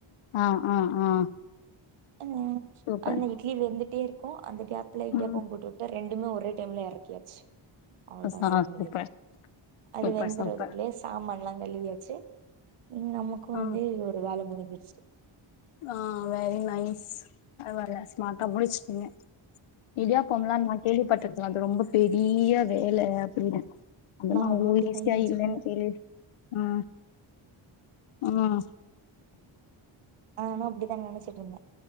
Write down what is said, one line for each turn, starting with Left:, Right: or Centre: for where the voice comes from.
Left: ஆ ஆ ஆ
Right: ம்
Left: சூப்பர்
Right: அந்த இட்லி வெந்துட்டே இருக்கு அந்த கேப்புல இடியாப்பம்
Left: ம்
Right: போட்டுட்டு ரெண்டுமே ஒரே டைம்ல எறக்கியாச்சு அவ்ளதா
Left: ஆ சூப்பர்
Right: வேல முடிஞ்சுருச் அது
Left: சூப்பர்
Right: வேகுறதுக்குள்ளயே
Left: சூப்பர்
Right: சாமான் எல்லா கழுவியாச்சு நமக்கு
Left: ஆ
Right: வந்து ஒரு வேல முடிஞ்ச் வெச்சுரு
Left: ஆ வெரி நைஸ் அது வர்ல ஸ்மாட்டா முடுச்சுட்டீங்க இடியாப்பம் எல்லா நா கேள்விப்பட்ருக் அது ரொம்ப பெரிய வேல அப்டினு அதுனா
Right: நானு
Left: அவ்ளோ
Right: அப்டித்தா
Left: ஈசியா
Right: நெனச்சிட்ருந்தே
Left: இல்லன் தெரியுது ஆ ம்
Right: நானு அப்டிதா நெனச்சுட்டு இருந்த